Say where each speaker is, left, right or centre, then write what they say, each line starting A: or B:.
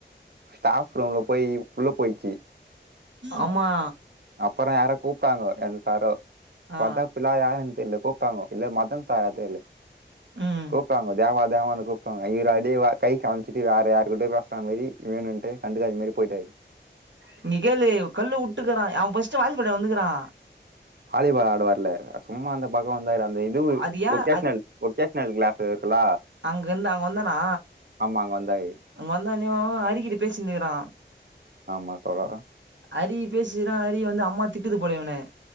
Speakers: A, on the right; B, on the right.
A: ஸ்டாஃப் ரூம்ல போய் உள்ள போய்ச்சு
B: ஆமா
A: அப்ற யாரோ கூப்ட்டாங்க எந்த சாரோ பாத்தா
B: ஆ
A: பின்னால யாருன் தெர்ல கூப்ட்டாங்கோ இல்ல மத் தன் சாரா தெர்ல
B: ம்
A: கூப்ட்டாங்க தேவா தேவானு கூ இப்ப அவ ஈரடி கை காமிச்ட்டு வேற யாரு கிட்டயோ பேசுற மாரி வேணுன்ட்டு கண்டுகாத மாரி போய்ட்டாரு
B: இங்க கேளு கல்லு உட்டுக்குறா அவன் ஃபர்ஸ்ட் வாலிபால்ல வந்துக்குறா
A: வாலிபால் ஆடவர்ல சும்மா அந்த பக்க வந்தாரு அந்த இது
B: அது ஏன்
A: ஒகேஷ்னல் ஒகேஷ் னல் கிளாஸ் இருக்குல
B: அங்கருந்து அங்க வந்தானா
A: ஆமா அங்க வந்தாரு
B: அங்க வந்தோனோ அரிக்கிட்ட பேசினிருக்குறா
A: ஆமா தோழா
B: அரி பேசனா அரி வந்து அம்மா திட்டுது போல இவன